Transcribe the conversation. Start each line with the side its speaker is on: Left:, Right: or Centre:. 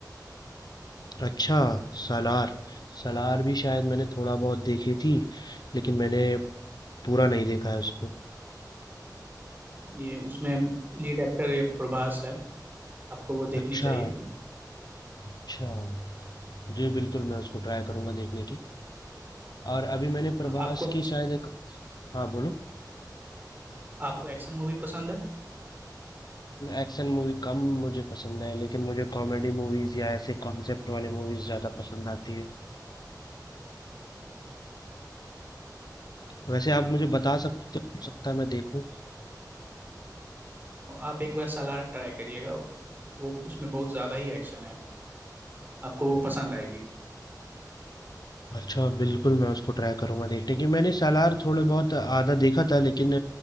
Left: अच्छा सालार सालार भी शायद मैंने थोड़ा बहुत देखी थी लेकिन मैंने पूरा नहीं देखा है उसको
Right: ये उसमें लीड एक्टर ये प्रभास है आपको वो देखनी
Left: अच्छा
Right: चाहिए
Left: अच्छा जी बिल्कुल मैं उसको ट्राई करूंगा देखने की और अभी मैंने प्रभास
Right: आपको
Left: की शायद एक हाँ बोलो
Right: आपको एक्शन मूवी पसंद है
Left: एक्शन मूवी कम मुझे पसंद है लेकिन मुझे कॉमेडी मूवीज या ऐसे कॉन्सेप्ट वाले मूवीज ज्यादा पसंद आती है वैसे आप मुझे बता सकते हो तो सकता है मैं देखूं
Right: आप एक बार सलार ट्राई करिएगा वो उसमें बहुत ज्यादा ही एक्शन है आपको वो पसंद आएगी
Left: अच्छा बिल्कुल मैं उसको ट्राई करूंगा देखने की मैंने सालार थोड़े बहुत आधा देखा था लेकिन